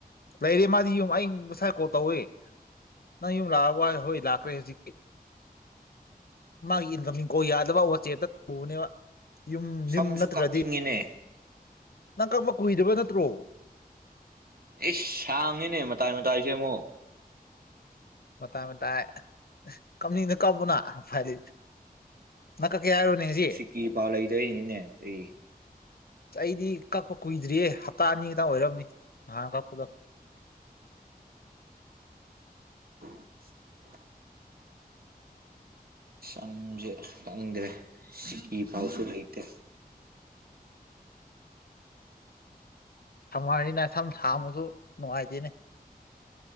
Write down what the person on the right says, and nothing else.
ꯁꯝꯁꯨ
ꯀꯛꯅꯤꯡꯉꯤꯅꯦ
ꯑꯦ ꯁꯥꯡꯉꯤꯅꯦ ꯃꯇꯥꯏ ꯃꯇꯥꯏꯁꯦ ꯑꯃꯨꯛ
ꯀꯤ ꯄꯥ ꯂꯩꯗꯣꯏꯔꯤꯅꯤꯅꯦ ꯑꯇꯩ
<unintelligible> ꯁꯝꯁꯦ ꯈꯪꯗ꯭ꯔꯦ ꯁꯤꯀꯤ ꯄꯥꯎꯁꯨ ꯂꯩꯇꯦ